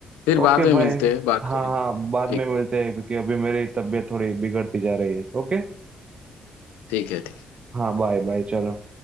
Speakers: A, on the left (about 80°); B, on the right (about 40°).
A: फिर बाद
B: ओके
A: में
B: भाई
A: मिलते हैं बात
B: हाँ
A: करेंगे
B: हाँ बाद
A: ठीक
B: में मिलते
A: है
B: हैं क्योंकि अभी मेरी तबीयत थोड़ी बिगड़ती जा रही है ओके
A: ठीक है ठीक
B: हाँ बाय बाय चलो